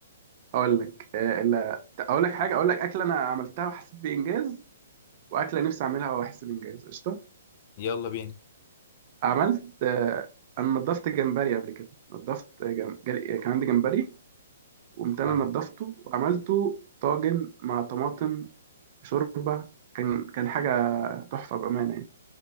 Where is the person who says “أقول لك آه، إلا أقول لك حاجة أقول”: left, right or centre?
Right